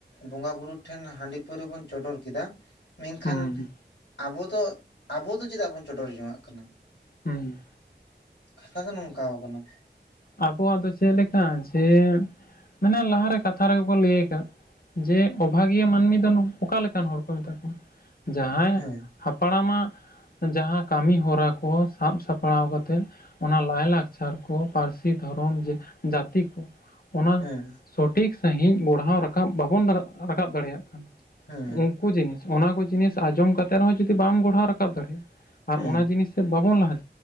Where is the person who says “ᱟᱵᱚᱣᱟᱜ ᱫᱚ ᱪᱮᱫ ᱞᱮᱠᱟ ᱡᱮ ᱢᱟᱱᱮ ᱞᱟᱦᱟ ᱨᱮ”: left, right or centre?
Left